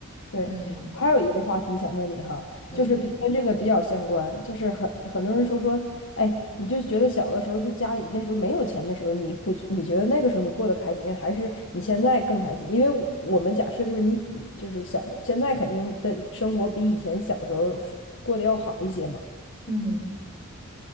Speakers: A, on the left; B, on the left.
A: 对，
B: 嗯
A: 我还有一个话题想问你哈，
B: 嗯
A: 就是比跟这个比较相关，就是很很多人说说，哎，你就觉得小的时候就家里那时候没有钱的时候，你会你觉得那个时候你过得开心，还是你现在更开心？因为我们假设就是你就是小的，现在肯定的生活比以前小时候是过得要好一些嘛，
B: 嗯